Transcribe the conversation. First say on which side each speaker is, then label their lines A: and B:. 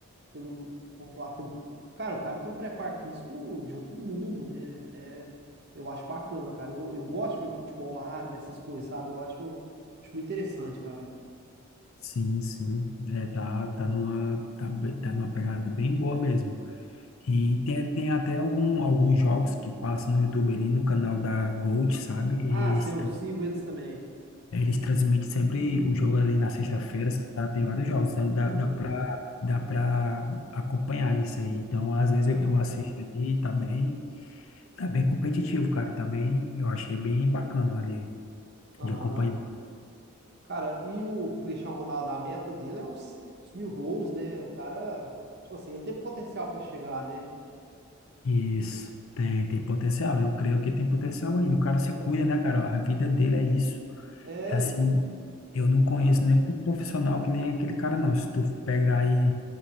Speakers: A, on the right; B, on the left.
A: pelo, vamos falar, pelo, cara, o cara tem um preparo físico de outro mundo, né? É, eu acho bacana, cara. Eu, eu gosto de ver o futebol árabe, essas coisas, sabe? Eu acho, acho muito interessante, cara.
B: Sim, sim. É, tá, tá numa, tá, be- tá numa pegada bem boa mesmo. E tem, tem até algum, alguns jogos que passam no YouTube ali no canal da Gold, sabe? E
A: Ah, sim,
B: eles
A: eu sigo eles também.
B: É, Eles transmitem sempre o jogo ali na sexta-feira, sabe? Tem vários jogos, então
A: Uhum,
B: dá, dá pra, dá pra acompanhar isso aí. Então, às vezes eu,
A: aham,
B: eu assisto ali, tá bem, tá bem competitivo, cara, tá bem, eu achei bem bacana ali
A: aham.
B: de acompanhar.
A: Cara, e o Cristiano Ronaldo, a meta dele é os, os mil gols, né? O cara, tipo assim, ele tem potencial pra chegar, né?
B: Isso, tem, tem potencial, eu creio que tem potencial ainda. O cara se cuida, né, cara? A vida dele é isso.
A: É,
B: Assim,
A: ele.
B: eu não
A: Aham.
B: conheço nenhum profissional que nem aquele cara, não. Se tu pegar e